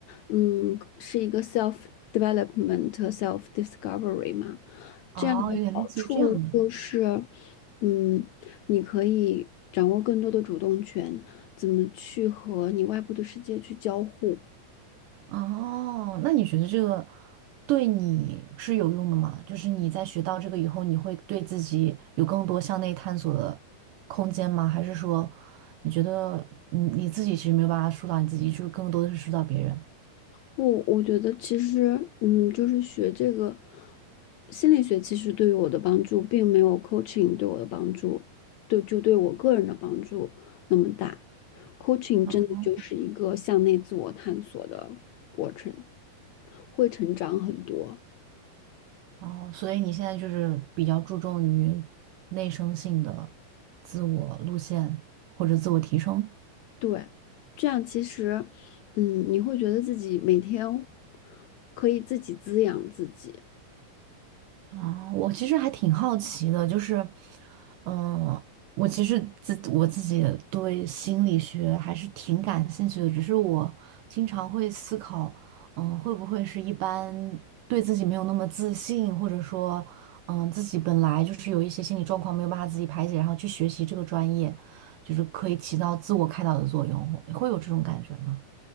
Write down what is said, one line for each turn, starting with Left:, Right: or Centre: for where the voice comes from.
Left: 嗯，是一个 self development、self discovery 嘛。这样的好处就是，
Right: 哦，有点类似于这样的。
Left: 嗯，你可以掌握更多的主动权，怎么去和你外部的世界去交互。
Right: 哦，那你觉得这个对你是有用的吗？就是你在学到这个以后，你会对自己有更多向内探索的空间吗？还是说你觉得，嗯，你自己其实没有办法疏导你自己，就是更多的是疏导别人？
Left: 不，我觉得其实，嗯，就是学这个心理学，其实对于我的帮助，并没有 coaching 对我的帮助，对，就对我个人的帮助那么大。coaching
Right: 嗯，
Left: 真的就是一个向内自我探索的过程，会成长很多。
Right: 哦，所以你现在就是比较注重于内生性的自我路线或者自我提升。
Left: 对，这样其实，嗯，你会觉得自己每天可以自己滋养自己。
Right: 啊，我其实还挺好奇的，就是，嗯，我其实自我自己对心理学还是挺感兴趣的，只是我经常会思考，嗯，会不会是一般对自己没有那么自信，或者说，嗯，自己本来就是有一些心理状况没有办法自己排解，然后去学习这个专业，就是可以起到自我开导的作用，会有这种感觉吗？